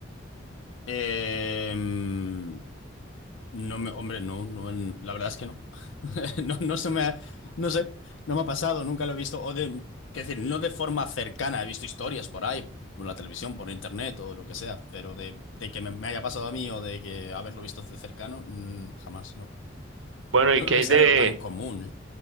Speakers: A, on the left (about 85°); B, on the right (about 80°).
A: Eh, mm, no me, hombre, no, no, en- la verdad es que no. <laughs> No, no se me ha- no sé, no me ha pasado, nunca lo he visto. O de, quiero decir, no de forma cercana, he visto historias por ahí, por la televisión, por internet o lo que sea, pero de, de que me, me haya pasado a mí o de que haberlo visto de cercano, mm, jamás, no.
B: Bueno,
A: No
B: ¿y
A: creo
B: qué hay
A: que sea
B: de...?
A: algo tan común, ¿eh?